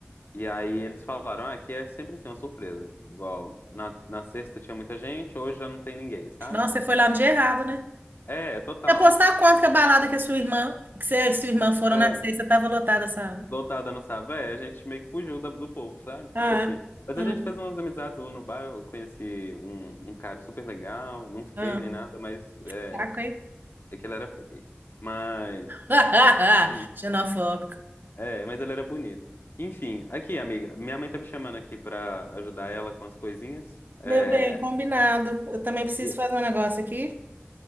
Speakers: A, on the left; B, on the right.
A: e aí eles falaram, ah, aqui é sempre assim, uma surpresa. Igual, na, na sexta tinha muita gente, hoje já não tem ninguém, sabe?
B: Nossa, você foi lá no dia errado, né?
A: É, total.
B: apostar quanto
A: Então,
B: que a balada que a sua irmã, que você e sua irmã foram
A: É,
B: na sexta, tava lotada a sala.
A: Lotada não sabe, é, a gente meio que fugiu da- do povo, sabe?
B: Ah,
A: Tipo assim. Mas
B: ah,
A: a gente fez umas amizades lá no bar, eu conheci um, um cara super legal, não fiquei
B: Ah,
A: nem nada, mas é,
B: saco, hein?
A: é que ele era feio. Mas,
B: <laughs>
A: hum,
B: xenofóbico.
A: é, mas ele era bonito. Enfim, aqui, amiga, minha mãe tá me chamando aqui pra ajudar ela com as coisinhas. É,
B: Meu bem, combinado. Eu também preciso
A: e
B: fazer um negócio aqui.